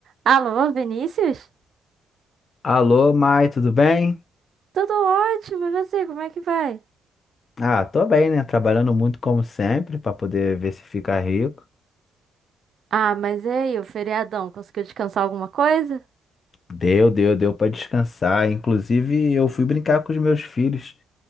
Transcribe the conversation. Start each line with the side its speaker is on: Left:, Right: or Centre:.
Right: Alô, Vinícius?
Left: Alô, Mai, tudo bem?
Right: Tudo ótimo, e você, como é que vai?
Left: Ah, tô bem, né? Trabalhando muito como sempre pra poder ver se fica rico.
Right: Ah, mas e aí, o feriadão, conseguiu descansar alguma coisa?
Left: Deu, deu, deu pra descansar. Inclusive, eu fui brincar com os meus filhos,